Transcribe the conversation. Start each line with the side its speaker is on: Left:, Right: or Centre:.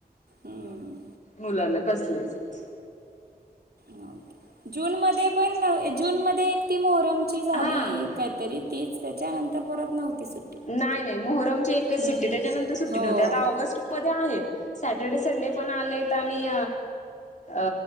Right: हम्म.
Left: मुलांना कसले च.
Right: नव्हती. जूनमध्ये पण जून मध्ये एक ती मोहरमची झाली
Left: हा
Right: काय तरी. तीच तेच्यानंतर परत नव्हती सुट्टी.
Left: नाही नाही. मोहरमची एकच
Right: हम्म.
Left: सुट्टी त्याच्यानंतर सुट्टी
Right: हो.
Left: नव्हती. आता ऑगस्ट मध्ये आहेत. सॅटर्डे संडे पण आलेत. आणि, अ